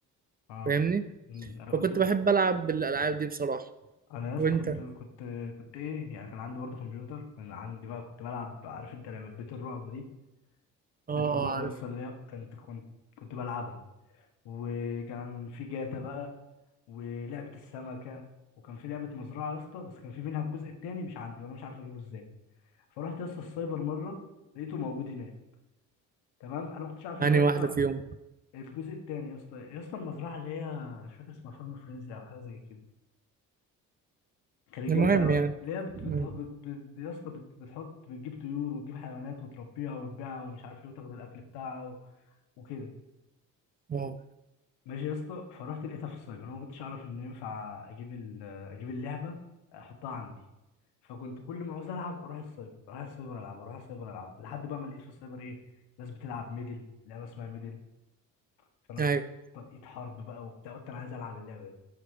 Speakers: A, on the left (about 80°); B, on the right (about 20°).
A: اه
B: فاهمني
A: امم انا
B: فكنت
A: كنت
B: بحب العب بالالعاب دي بصراحه
A: انا يا اسطى
B: وانت
A: كنت
B: اه
A: كنت كنت ايه يعني كان عندي برضه كمبيوتر كان عندي بقى كنت بلعب عارف انت لعبه بيت الرعب دي
B: آه،
A: بيت الرعب
B: عارف
A: يا اسطى اللي هي كنت كنت كنت بلعبها وكان في جاتا بقى ولعبه السمكه وكان في لعبه مزرعه يا اسطى بس كان في منها الجزء الثاني مش عندي وانا مش عارف اجيبه ازاي فرحت يا اسطى السايبر مره لقيته موجود هناك تمام انا ما كنتش عارف ان
B: يعني
A: هو
B: واحده
A: ينفع
B: فيهم
A: الجزء التاني يا اسطى يا اسطى المزرعه اللي هي مش فاكر اسمها فارم فريزي او حاجه زي كده كانت
B: المهم
A: جامده قوي
B: يعني
A: اللي هي بت
B: مم.
A: بت بت بت يا اسطى بت بتحط بتجيب طيور وتجيب حيوانات وتربيها وتبيعها ومش عارف ايه وتاخد الاكل بتاعها و... وكده
B: اه
A: ماشي يا اسطى فرحت لقيتها في السايبر انا ما كنتش اعرف ان ينفع اجيب ال... اجيب اللعبه احطها عندي فكنت كل ما عاوز العب اروح السايبر اروح السايبر العب اروح السايبر العب لحد بقى ما لقيت في السايبر ايه ناس بتلعب ميدل لعبه اسمها ميدل فانا
B: ايوه
A: است- لقيت حرب بقى وبتاع قلت انا عايز العب اللعبه دي